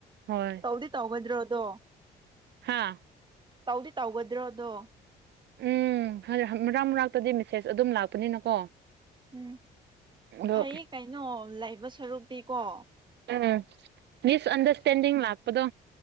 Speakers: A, on the right (about 60°); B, on the right (about 25°).
A: ꯍꯣꯏ
B: ꯇꯧꯗꯤ ꯇꯧꯒꯗ꯭ꯔꯣꯗꯣ
A: ꯍꯥꯥ
B: ꯇꯧꯗꯤ ꯇꯧꯒꯗ꯭ꯔꯣꯗꯣ
A: ꯎꯝ ꯃꯔꯥꯡ ꯃꯔꯥꯛꯇꯗꯤ ꯃꯦꯁꯦꯖ ꯑꯗꯨꯝ ꯂꯥꯛꯄꯅꯤꯅꯀꯣ
B: ꯎꯝ
A: ꯑꯗꯣ
B: ꯐꯩ ꯀꯩꯅꯣ ꯂꯩꯕ ꯁꯔꯨꯛꯇꯤꯀꯣ
A: ꯎꯝ ꯃꯤꯁꯑꯟꯗꯔꯁꯇꯦꯟꯗꯤꯡ ꯂꯥꯛꯄꯗꯣ